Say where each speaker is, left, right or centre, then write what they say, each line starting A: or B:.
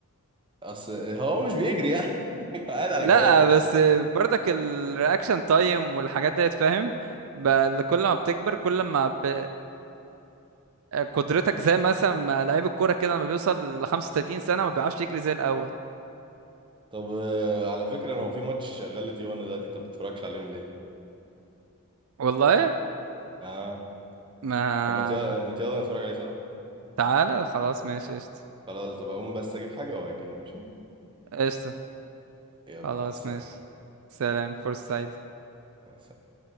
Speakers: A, on the right; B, on the right.
A: اصل هو مش بيجري يعني <laughs> قاعد على
B: لا
A: جهاز بس
B: بس برضك الرياكشن تايم والحاجات ديت فاهم بقى كل ما بتكبر كل ما ب... قدرتك زي مثلا ما لعيب الكوره كده لما بيوصل ل 35 سنه ما بيعرفش يجري زي الاول
A: طب آه، على فكره هو في ماتش شغال لتي 1 دلوقتي انت ما بتتفرجش عليهم ليه
B: والله
A: اه
B: ما
A: طب ما تي- ما يلا نتفرج عليه سوا
B: تعالى خلاص ماشي قشطه
A: خلاص طب اقوم بس اجيب حاجه واجي ماشي
B: قشطه
A: يلا
B: خلاص
A: مع السلامه
B: ماشي سلام فرصه سعيدة
A: مع السلامه